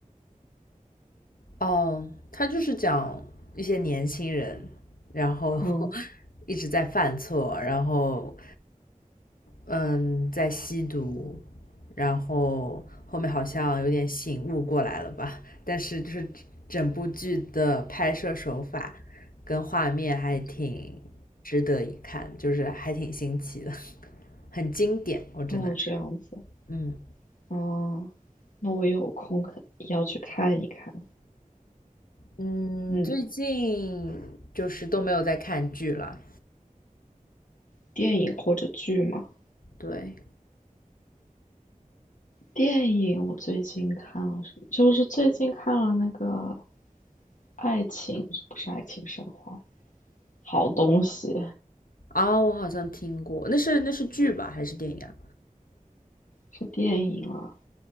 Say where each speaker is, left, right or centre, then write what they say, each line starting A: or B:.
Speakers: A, on the left; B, on the left.
A: 哦，他就是讲一些年轻人，然后
B: 嗯，
A: <laughs> 一直在犯错，然后嗯，在吸毒，然后后面好像有点醒悟过来了吧，但是就是整部剧的拍摄手法跟画面还挺值得一看，就是还挺新奇的，<laughs> 很经典，我只能说，
B: 哦，这样子。
A: 嗯
B: 哦，那我有空可要去看一看。
A: 嗯，
B: 嗯，
A: 最近就是都没有在看剧了，
B: 电影或者剧吗？
A: 对。
B: 电影我最近看了什么？就是最近看了那个《爱情》，不是《爱情神话》，好东西
A: 啊，我好像听过，那是那是剧吧，还是电影啊？
B: 是电影啊。